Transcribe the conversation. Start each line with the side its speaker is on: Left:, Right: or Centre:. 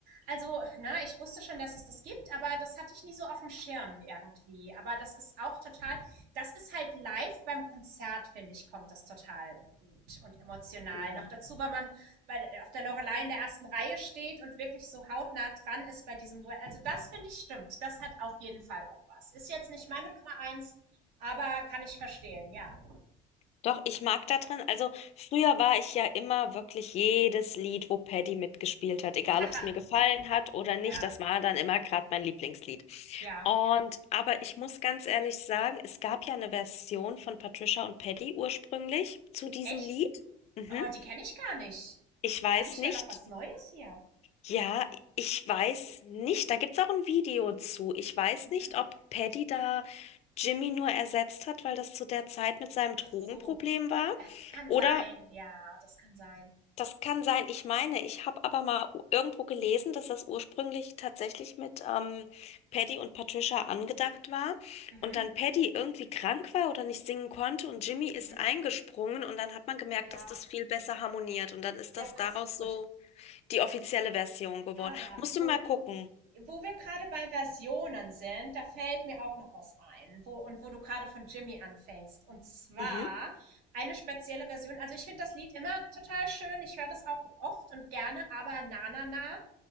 Right: Also, ne, ich wusste schon, dass es das gibt, aber das hatte ich nie so auf dem Schirm irgendwie. Aber das ist auch total, das ist halt live beim Konzert, finde ich, kommt das total gut und emotional.
Left: Ja.
Right: Noch dazu, weil man bei, auf der Loreley in der ersten Reihe steht und wirklich so hautnah dran ist bei diesem Duett. Also das finde ich stimmt. Das hat auf jeden Fall auch was. Ist jetzt nicht meine Nummer eins, aber kann ich verstehen, ja.
Left: Doch, ich mag da drin, also früher war ich ja immer wirklich jedes Lied, wo Paddy mitgespielt hat, egal
Right: <laughs>
Left: ob es mir gefallen hat oder
Right: ja,
Left: nicht, das war dann immer gerade mein Lieblingslied.
Right: ja.
Left: Und, aber ich muss ganz ehrlich sagen, es gab ja eine Version von Patricia und Paddy ursprünglich zu diesem
Right: Echt?
Left: Lied. Mhm.
Right: Oh, die kenne ich gar nicht.
Left: Ich weiß
Right: Lerne ich
Left: nicht,
Right: ja noch was Neues hier.
Left: ja, ich weiß nicht, da gibt's auch ein Video zu. Ich weiß
Right: Mhm.
Left: nicht, ob Paddy da Jimmy nur ersetzt hat, weil das zu der Zeit mit seinem
Right: Ach
Left: Drogenproblem
Right: so,
Left: war.
Right: das kann
Left: Oder
Right: sein. Ja, das kann sein.
Left: Das kann sein. Ich meine, ich habe aber mal u- irgendwo gelesen, dass das ursprünglich tatsächlich mit ähm, Paddy und Patricia angedacht war
Right: Mhm.
Left: und dann Paddy irgendwie krank war oder nicht singen konnte und Jimmy ist
Right: Mhm.
Left: eingesprungen und dann hat man gemerkt,
Right: Ja,
Left: dass das viel besser harmoniert und dann ist
Right: der
Left: das
Right: passt
Left: daraus
Right: gut.
Left: so die offizielle Version geworden.
Right: Aber
Left: Musst
Right: wo
Left: du mal
Right: wir,
Left: gucken.
Right: wo wir gerade bei Versionen sind, da fällt mir auch noch was ein. Wo, und wo du gerade von Jimmy anfängst. Und zwar
Left: Mhm.
Right: eine spezielle Version. Also ich finde das Lied immer total schön. Ich höre das auch oft und gerne, aber na, na, na.